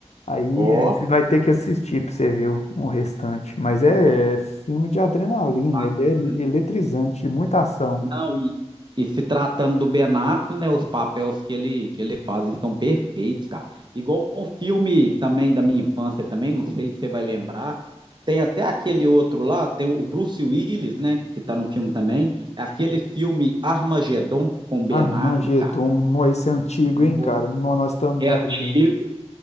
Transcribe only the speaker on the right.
ó.
Bacana.
Não, e, e se tratando do Ben Affleck, né, os papéis que ele, que ele faz estão perfeitos, cara. Igual o filme também da minha infância também, não sei se você vai lembrar, tem até aquele outro lá, tem o Bruce Willis, né, que tá no filme também, é aquele filme Armagedon com Ben
Affleck,
cara.
No-
É
antigo.